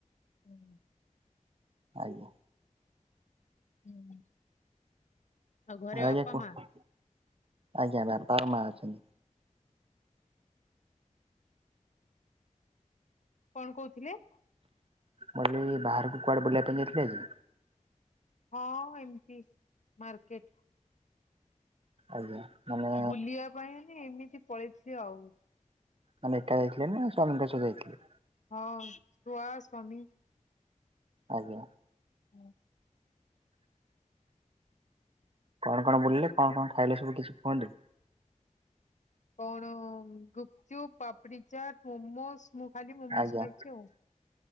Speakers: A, on the left; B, on the right.
A: ହୁଁ।
B: ଆଜ୍ଞା।
A: ହୁଁ। ଆଉ ଘରେ
B: ଆ
A: ବାପା
B: ଆଜ୍ଞା କୁହ?
A: ମା
B: ଆଜ୍ଞା ବାପା ଆଉ ମା ଅଛନ୍ତି।
A: କଣ କହୁଥିଲେ?
B: ମଁ ଇଲି ବାହାରକୁ କୁଆଡେ ବୁଲିବା ପାଇଁ ଯାଇଥିଲେ ଆଜି?
A: ହଁ ଏମିତି ମାର୍କେଟ।
B: ଆଜ୍ଞା ମାନେ
A: ବୁଲିବା ପାଇଁ <unintelligible> ଏମିତି ପଳେଇଥିଲି ଆଉ।
B: ମାନେ ଏକା ଯାଇଥିଲେ ନା ସ୍ୱାମୀଙ୍କ ସହ ଯାଇଥିଲେ?
A: ହଁ ଛୁଆ ସ୍ୱାମୀ।
B: ଆଜ୍ଞା।
A: ହୁଁ।
B: କଣ କଣ ବୁଲିଲେ କଣ କଣ ଖାଇଲେ ସବୁ କିଛି କୁହନ୍ତୁ?
A: କଣ ଗୁପଚୁପ୍ ପାମ୍ପିଡ଼ି ଚାଟ୍ ମୋମୋଜ ମୁଁ ଖାଲି ମୋମୋଜ
B: ଆଜ୍ଞା
A: ଖାଇଚି ଆଉ।